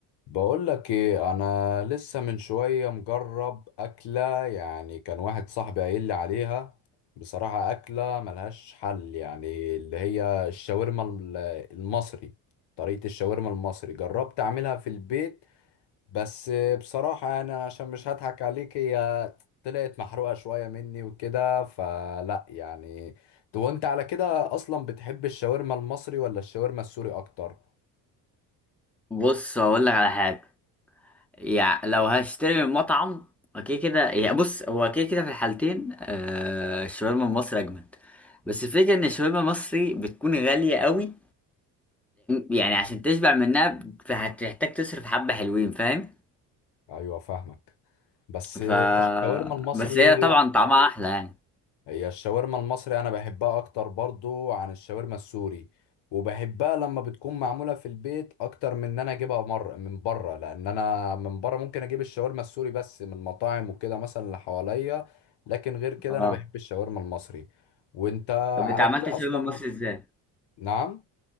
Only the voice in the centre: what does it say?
بص هقول لك على حاجه يعني لو هشتري من مطعم اوكي كده يعني بص هو كده كده في الحالتين آه الشاورما المصري اجمد بس الفكره ان الشاورما المصري بتكون غاليه قوي يعني عشان تشبع منها هتحتاج تصرف حبه حلوين فاهم
ف
بس هي طبعا طعمها احلى يعني
اه
طب
انت عملت
الشاورما
المصري ازاي